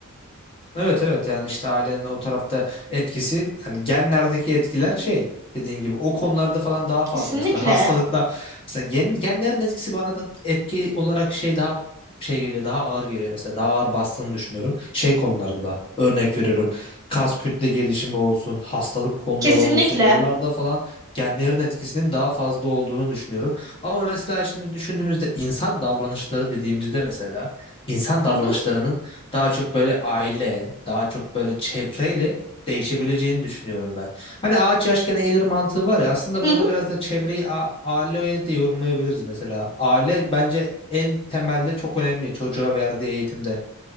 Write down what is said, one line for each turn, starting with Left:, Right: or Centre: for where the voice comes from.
Left: Evet evet yani işte ailenin o tarafta etkisi yani genlerdeki etkiler şey dediğin gibi o konularda falan daha fazla.
Right: Kesinlikle.
Left: Mesela hastalıkta mesela gen, genlerin etkisi bana da etki olarak şey daha şey geliyor daha ağır geliyor mesela daha ağır bastığını düşünüyorum. Şey konularında örnek veriyorum kas kütle gelişimi olsun hastalık konuları
Right: Kesinlikle.
Left: olsun oralarda falan genlerin etkisinin daha fazla olduğunu düşünüyorum. Ama mesela şimdi düşündüğümüzde insan davranışları dediğimizde mesela insan davranışlarının
Right: Hı hı.
Left: daha çok böyle aile, daha çok böyle çevreyle değişebileceğini düşünüyorum ben. Hani ağaç yaşken eğilir mantığı var ya aslında
Right: Hı
Left: burada
Right: hı.
Left: biraz da çevreyi a- aileyle de yorumlayabiliriz mesela. Aile bence en temelde çok önemli çocuğa verdiği eğitimde.